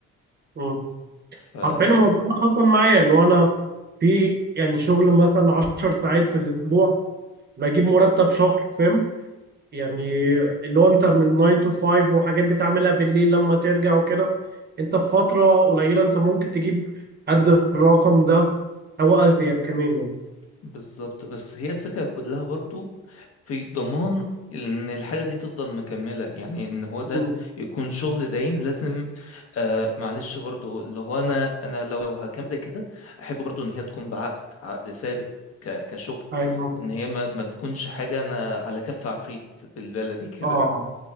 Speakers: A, on the right; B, on the left.
A: مم.
B: ف
A: حرفيا الموضوع ده حصل معايا اللي هو انا في يعني شغل مثلا 10 ساعات في الاسبوع بجيب مرتب شهر فاهم يعني اللي هو انت من 9 to 5 وحاجات بتعملها بالليل لما ترجع وكده انت في فترة قليلة انت ممكن تجيب قد الرقم ده او ازيد كمان يعني.
B: بالظبط بس هي الفكرة كلها برضو في ضمان ان الحاجة دي تفضل مكملة يعني ان هو ده
A: مم.
B: يكون شغل دايم لازم آه معلش برضو اللي هو انا انا لو هكمل زي كده احب برضو ان هي تكون بعقد عقد ثابت ك- كشغل
A: ايوه
B: ان هي ما, ما تكونش حاجة انا على كف عفريت بالبلدي كده
A: اه اه